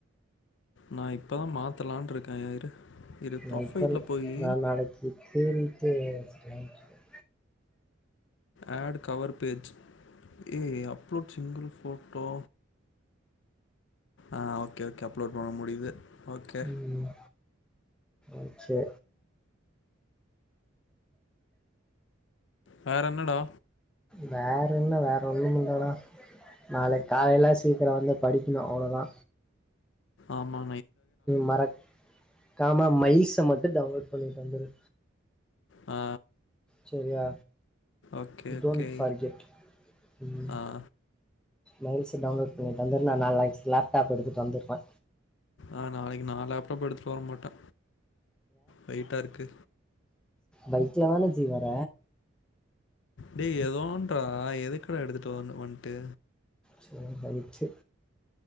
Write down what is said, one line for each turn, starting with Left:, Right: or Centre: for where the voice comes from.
Left: நா இப்பதா மாத்தலான்டுடிருக்கே இரு இரு ப்ரொஃபைலில்
Centre: நைப்பல்
Left: போய்
Centre: நா நாளைக்கி தேடிட்டு வெச்சிக்லான்டிருக்கே
Left: ஆட் கவர் பேஜ் ஏ upload single photo ah okay okay upload பண்ண முடியுது ஓகே
Centre: ம் ஓகே
Left: வேற என்னடா
Centre: வேற என்ன வேற ஒன்னுமில்லடா நாளைக்கு காலையில சீக்கிரோ வந்து படிக்கணு அவ்ளோதா
Left: ஆமா
Centre: மறக்காம மய்ஸ் மட்டோ டவுன்லோட் பண்ணிட்டு வந்துடு
Left: ஆ
Centre: செரியா
Left: ஓகே
Centre: டோன்
Left: ஓகே
Centre: ஃபர்கெட் ம்
Left: ஆ
Centre: மெயில்சு டவுன்லோட் பண்ணி தந்துருந்தா நால்லா இருந்துச்சிலா டாப் எடுத்துட்டு வந்துர்பே
Left: ஆ நாளைக்கு நான் எடுத்துட்டு வர மாட்டே வெயிட்டா இருக்கு
Centre: பைக்ல தான ஜி வர
Left: டே எதோன்றா எதுக்குடா எடுத்துட்டு வரனு வன்ட்டு
Centre: சேரி ரைட்டு